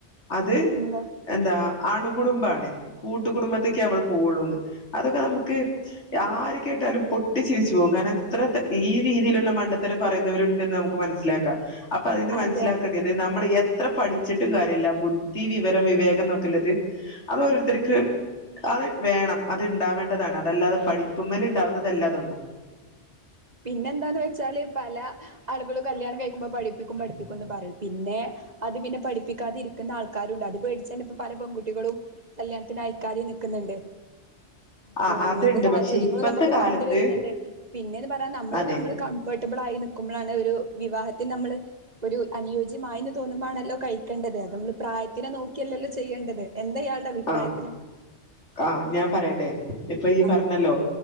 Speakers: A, on the left; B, on the right.
A: അത്
B: എന്താ
A: എന്താ അണുകുടുംബാണ് കൂട്ടുകുടുംബത്തേക്കേ അവള് പോവൊള്ളൂന്ന് അതൊക്കെ നമക്ക് ആര് കേട്ടാലും പൊട്ടിച്ചിരിച്ചു പോകും കാരണം ഇത്ര ഈ രീതിയ്ല്ള്ള മണ്ടത്തരം പറയുന്നവര്ണ്ടെന്ന് നമു ക്ക് മനസ്സിലാക്ക അപ്പൊ അതിന്ന് മനസ്സിലാക്കേണ്ട്യത്
B: അതെ അതെ
A: നമ്മള് എ ത്ര പഠിച്ചിട്ടും കാര്യല്ല ബുദ്ധി വിവരം വിവേകംന്നൊക്കെള്ളത് അത് ഓരോത്തര്ക്ക് അത് വേണം അത് ഇണ്ടാവേണ്ടതാണ് അതല്ലാതെ പഠിപ്പ്മല് ഇണ്ടാവുന്നതല്ലാ അതൊന്നും
B: പിന്നെ എന്താന്ന് വെച്ചാല് പല ആളുകളും കല്യാണം കഴിക്കുമ്പോ പഠിപ്പിക്കും പഠിപ്പിക്കുന്ന് പറയും പിന്നെ അത് പിന്നെ പഠിപ്പിക്കാതിരിക്കുന്ന ആൾകാരുണ്ട് അത് പേ ച്ചേനെ പല പെൺകുട്ടികളും കല്യാണത്തിന് അയക്കാതിം നിക്ക്ന്ന്ണ്ട്
A: ആ
B: ഉം
A: അതുണ്ട്
B: അങ്ങൻത്തെ സാഹചര്യങ്ങളും
A: പക്ഷെ ഇപ്പത്തെ
B: നമക്ക്
A: കാലത്ത്
B: കണ്ട് വെര്ന്ന്ണ്ട് പിന്നേന്ന് പറയാ നമ്മള്
A: അതെ
B: നമ്മള് കൺഫേർട്ട്ബിളായി നിക്കുമ്പളാണ് ഒരു വിവാഹത്തിന് നമ്മള് ഒരു അനുയോജ്യമായീന്ന് തോന്നുമ്പാണല്ലോ കഴിക്കേണ്ടത് അത് നമ്മള് പ്രായത്തിനെ നോക്കിയല്ലല്ലോ ചെയ്യേണ്ടത് എന്ത ഇയാൾടെ അഭിപ്രായത്തില്
A: ആ ആഹ് ഞാൻ പറയട്ടെ ഇപ്പൊ ഈ
B: ആഹ്
A: പറഞ്ഞല്ലോ